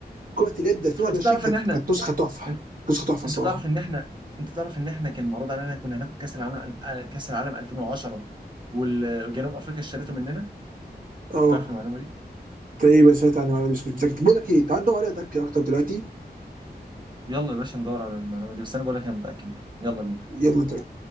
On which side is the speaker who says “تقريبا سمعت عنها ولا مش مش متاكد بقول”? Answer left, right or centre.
Right